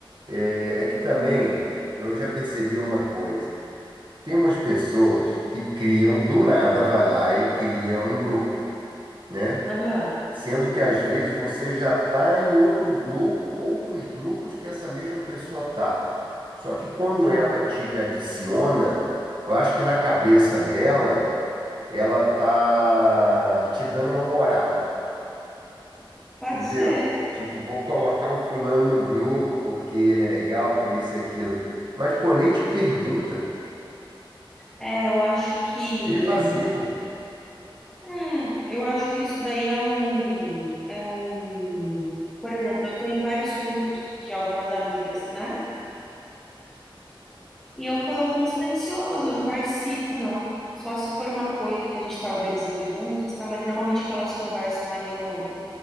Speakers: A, on the right; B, in the centre.
A: É, é que também eu já percebi uma coisa. Tem umas pessoas que criam, do nada vai lá e cria um grupo, né?
B: Aham,
A: Sendo que às vezes você já está em outro grupo, outros grupos que essa mesma pessoa tá. Só que quando
B: é.
A: ela te adiciona, eu acho que na cabeça dela, ela tá te dando uma moral.
B: Pode
A: Entendeu?
B: ser.
A: Tipo, vou colocar o fulano no grupo porque ele é legal, por isso e aquilo. Mas, pô, nem te pergunta.
B: É, é, eu acho que
A: É evasivo.
B: é, eu acho que isso daí é um é um, por exemplo, eu estou em vários grupos de algumas amigas, né? E eu coloco no silencioso, eu não participo, não. Só se for uma coisa que a gente está organizando juntas, tá? Mas normalmente que elas conversam ali, eu não,